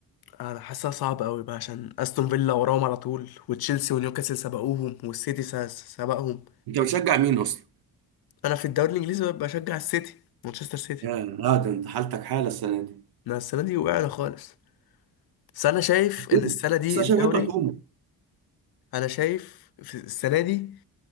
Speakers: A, on the left; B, on the right.
A: انا حاسسها صعبه قوي بقى عشان استون فيلا وراهم على طول وتشيلسي ونيوكاسل سبقوهم والسيتي س- سبقهم
B: انت بتشجع مين اصلا
A: انا في الدوري الانجليزي بشجع السيتي مانشستر سيتي
B: يا لا ده انت حالتك حاله السنه دي
A: انا السنه دي وقعنا خالص بس انا شايف
B: هجوم.
A: ان السنه دي
B: بس انا
A: الدوري
B: شايف انتوا هتقوموا
A: انا شايف في السنه دي